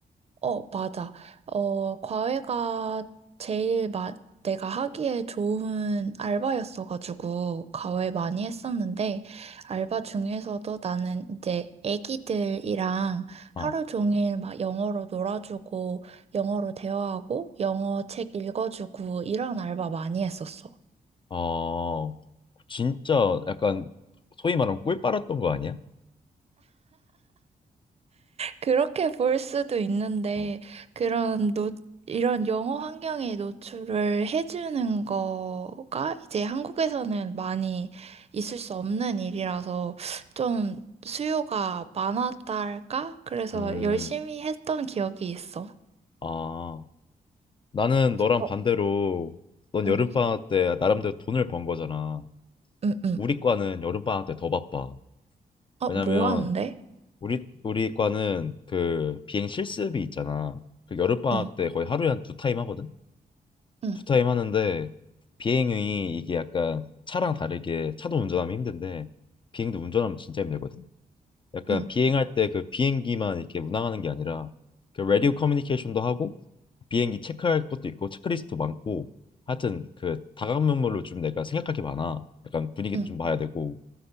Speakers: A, on the right; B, on the left.
A: 어, 맞아. 어, 과외가 제일 마, 내가 하기에 좋은 알바였어가지고, 과외 많이 했었는데, 알바 중에서도 나는 이제 애기들이랑
B: 어,
A: 하루 종일 막 영어로 놀아주고, 영어로 대화하고, 영어 책 읽어주고, 이런 알바 많이 했었어.
B: 어, 진짜 약간 소위 말하면 꿀 빨았던 거 아니야?
A: 그렇게 볼 수도 있는데,
B: 어.
A: 그런 노, 이런 영어 환경에 노출을 해주는 거가 이제 한국에서는 많이 있을 수 없는 일이라서 좀 수요가 많았달까? 그래서
B: 음,
A: 열심히 했던 기억이 있어.
B: 아, 나는 너랑
A: 어,
B: 반대로 넌
A: 응,
B: 여름방학 때 나름대로 돈을 번 거잖아.
A: 응, 응.
B: 우리 과는 여름방학 때 더 바빠.
A: 어,
B: 왜냐면
A: 뭐 하는데?
B: 우리 우리 과는 그 비행 실습이 있잖아. 그 여름방학
A: 응,
B: 때 거의 하루에 한 두 타임 하거든.
A: 응,
B: 두 타임 하는데 비행이 이게 약간 차랑 다르게 차도 운전하면 힘든데 비행도 운전하면 진짜 힘들거든. 약간
A: 응,
B: 비행할 때 그 비행기만 이렇게 운항하는 게 아니라 그 라디오 커뮤니케이션도 하고 비행기 체크할 것도 있고 체크리스트도 많고 하여튼 그 다각면모로 좀 내가 생각할 게 많아. 약간 분위기도
A: 응,
B: 좀 봐야 되고